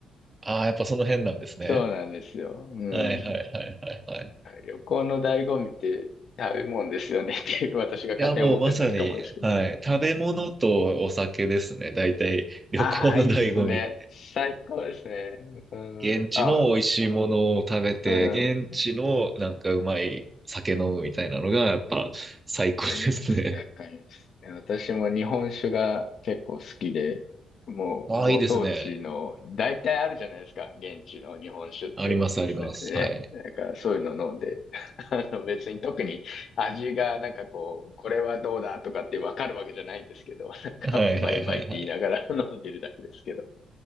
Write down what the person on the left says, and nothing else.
い。そうなんですよ。うん。
旅行の醍醐味って食べ物ですよねっていう私が勝手に思ってるだけかもですけど。
ああ、いいっすね。最高ですね。うん。
あ、うん。
かります。わかります。私も日本酒が結構好きで、もうご当地の、
大体あるじゃないですか、現地の日本酒って。
実際ね。
だからそういうの飲んで、<laughs> あの別に特に味がなんかこう、これはどうだとかってわかるわけじゃないんですけど、なんかうまいうまいって言いながら
<laughs> 飲んでるだけですけど。